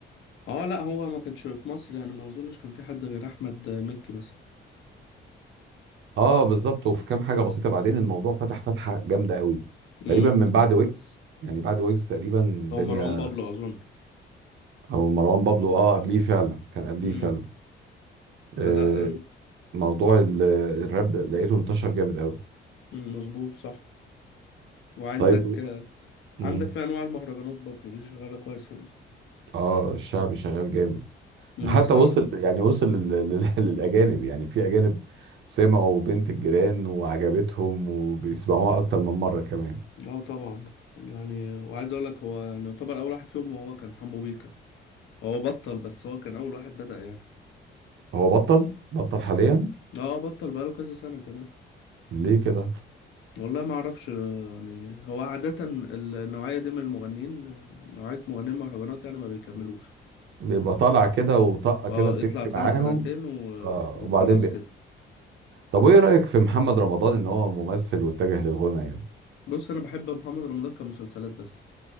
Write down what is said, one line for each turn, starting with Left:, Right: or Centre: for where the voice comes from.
Left: اه لا هو ما كانش في مصر يعني ما اظنش كان في حد غير احمد آه، مكي مثلا
Right: اه بالظبط وفي كام حاجه بسيطه بعدين الموضوع فتح فتحه جامده قوي
Left: امم
Right: تقريبا من بعد ويجز يعني بعد ويجز تقريبا الدنيا
Left: هو مروان بابلو اظن
Right: او مروان بابلو اه قبليه فعلا كان قبليه
Left: امم
Right: فعلا
Left: فلا
Right: آه
Left: آم،
Right: موضوع ال- الراب لقيته انتشر جامد قوي
Left: مم، مظبوط صح وعندك
Right: طيب
Left: آه،
Right: امم
Left: عندك في انواع المهرجانات برضو دي شغالة كويس في مصر
Right: اه الشعب شغال جامد
Left: امم
Right: ده حتى
Left: بصراحة
Right: وصل يعني وصل لل... لل... <laughs> للاجانب يعني في اجانب سمعوا بنت الجيران وعجبتهم وبيسمعوها اكتر من مره كمان
Left: اه طبعا يعني وعايز اقول لك هو يعني يعتبر اول واحد فيهم هو كان حمو بيكا هو بطل بس هو كان اول واحد بدأ يعني
Right: هو بطل بطل حاليا
Left: اه بطل بقاله كذا سنة كمان
Right: ليه كده
Left: والله ما اعرفش يعني هو عادة النوعية دي من المغنيين نوعية مغنيين المهرجانات يعني ما بيكملوش
Right: بيبقى طالع كده وطاقة
Left: اه
Right: كده بتمشي
Left: يطلع سنة
Right: معاهم
Left: سنتين و...
Right: آه
Left: وخلاص
Right: وبعدين بي...
Left: كده
Right: طب وايه رأيك في محمد رمضان ان هو ممثل واتجه للغنى يعني
Left: بص انا بحب محمد رمضان كمسلسلات بس